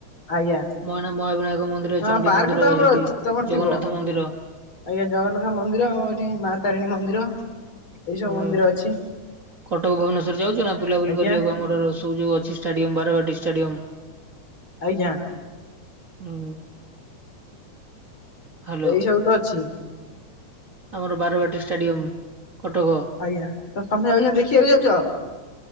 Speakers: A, on the left; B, on the right.
A: ଆଜ୍ଞା
B: ମହାନ ମହାବିନାୟକ ମନ୍ଦିର,
A: ହଁ
B: ଚଣ୍ଡୀ
A: ପାର୍କ
B: ମନ୍ଦିର
A: ତ
B: ସେଠି
A: ଆମର ଅଛି ତମର ଥିବ।
B: ଜଗନ୍ନାଥ ମନ୍ଦିର।
A: ଆଜ୍ଞା ଜଗନ୍ନାଥ ମନ୍ଦିର ଏଠି ମା ତାରିଣୀ ମନ୍ଦିର। ଏଇ ସବୁ
B: ହୁଁ
A: ମନ୍ଦିର ଅଛି
B: କଟକ, ଭୁବନେଶ୍ବର ଯାଉଚ ନା ବୁଲାବୁଲି
A: ଆଜ୍ଞା।
B: କରିଆକୁ ଆମର ରସୁ ଯୋଉ ଅଛି ଷ୍ଟାଡିୟମ ବାରବାଟୀ ଷ୍ଟାଡିୟମ।
A: ଆଜ୍ଞା।
B: ଉଁ, ହାଲୋ।
A: ଏଇ ସବୁ ତ ଅଛି
B: ଆମର ବାରବାଟୀ ଷ୍ଟାଡିୟମ କଟକ।
A: ଆଜ୍ଞା, ତ ତମେ ଅଇକା ଦେଖିଆକୁ ଯାଉଚ?